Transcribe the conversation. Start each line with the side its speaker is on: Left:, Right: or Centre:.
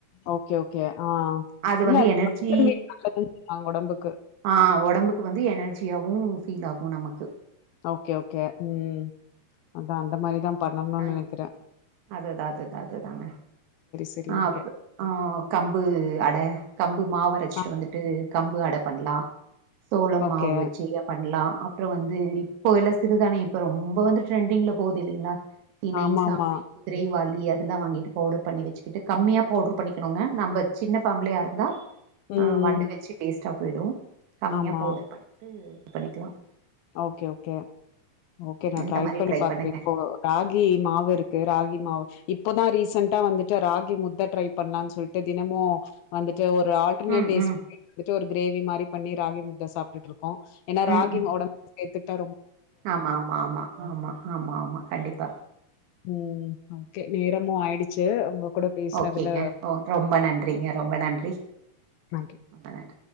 Left: ஓகே ஓகே ஆ
Right: அது
Left: இல்ல
Right: வந்து எனர்ஜி
Left: புரோட்டீன் மீட் நல்லதுன்னு சொன்னாங்க ஒடம்புக்கு
Right: ஆ ஒடம்புக்கு வந்து எனர்ஜியாவும் ஃபீல் ஆகும் நமக்கு
Left: ஓக்கே ஓக்கே உம் அதா அந்த மாரிதா பண்ணணுன்
Right: ஆ
Left: நெனைக்குற
Right: அதுதா அதுதா அதுதாங்க
Left: செரி
Right: ஆப்
Left: ஓகே
Right: ஆ கம்பு அட கம்பு மாவு அரச்சிட்டு
Left: ஆ
Right: வந்துட்டு கம்பு அட பண்லா சோளம்
Left: ஓகே
Right: மாவு வெச்சி பண்லா அப்றோ வந்து இப்போ எல்லா சிறுதான்யம் இப்ப ரொம்ப வந்து ட்ரெண்டிங்ல போது இல்லைங்ளா திணை
Left: ஆமா
Right: சாமை
Left: ஆமா
Right: குதிரைவாளி அதெல்லா வாங்கிட்டு பவுடர் பண்ணி வச்சிக்கிட்டு கம்மியா பவுட்ரு பண்ணிக்கணுங்க நம்ப சின்ன ஃபமிலியாருந்தா
Left: ம்
Right: ஆ
Left: ம்
Right: வண்டு வச்சி வேஸ்ட்டாப் போய்டும் கம்மியா
Left: ஆமா
Right: பவுடர் பண்ணிட்டு இது பண்ணிகலாம்
Left: ஓகே ஓகே ஓகே நா
Right: இந்த
Left: ட்ரை
Right: மாரி
Left: பண்ணி பாக்குற
Right: பண்ணுங்க
Left: இப்போ ராகி மாவு இருக்கு ராகி மாவு இப்பதா ரீசண்ட்டா வந்துட்டு ராகி முத்த ட்ரை பண்ணலான் சொல்ட்டு தினமும் வந்துட் ஒரு ஆல்ட்ருனேட்
Right: ம்
Left: டேஸ்
Right: ம்
Left: வெச் ஒரு க்ரேவி மாரி பண்ணி ராகி முத்த சாப்ட்டுட்ருக் கோ ஏனா ராகி
Right: ம் ம்
Left: ஒடம் சேத்துட்டா
Right: ஆமா ஆமா ஆமா ஆமா ஆமா ஆமா கண்டிப்பா
Left: ஊம் ஹ ஓகே நேரமும் ஆய்டுச்சு உங்க கூட பேசுனதுல
Right: ஓகேங்க ஓ ரொம்ப நன்றிங்க ரொம்ப நன்றி
Left: <inaudible>
Right: ரொம்ப நன்றி